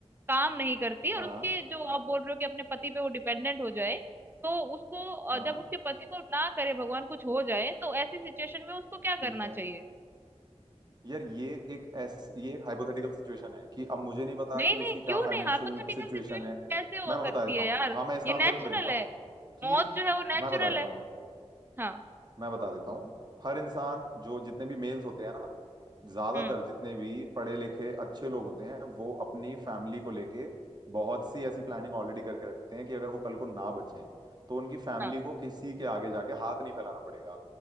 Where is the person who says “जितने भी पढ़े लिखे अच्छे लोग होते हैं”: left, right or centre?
Right